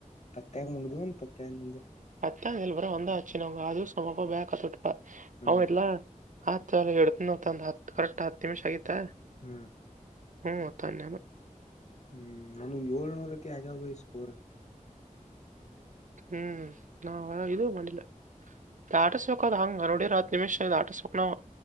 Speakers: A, on the left (about 55°); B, on the right (about 70°).
A: ಪತ್ತಾಗ ಮುಗ್ದಮೇಲೆ ಪತ್ತಾಗ ಮ್
B: ಅತ್ತ ಎಲ್ಬರ ಒಂದ ಆಚುನ್ ಅದು ಸಮಪ ಬ ತೊಡ್
A: ಹ್ಮ್
B: ಅವನ್ ಇಲ್ಲಾ. ಆತ್ ಚಲ ಎಡ್ತನಂದ ಹತ್ ಕರೆಕ್ಟ್ ಹತ್ತು ನಿಮಿಷ ಆಗಿತಾ.
A: ಹ್ಮ್.
B: ಹ್ಮ ತಂದನ.
A: ಹ್ಮ್ ನಾನ ಏಳ್ನೂರ್ ಐತಿ ಆಗಾವೈ ಸ್ಕೋರ್.
B: ಹ್ಮ್ ನಾ ಇದು ಮಾಡಿಲ್ಲ. ದಾಟ ಸೋಕ ಹಂಗ ಅರೋಡಿ ರತ್ ನಿಮಿಷ ಶ ದಾಟ ಸೌಕನವ್.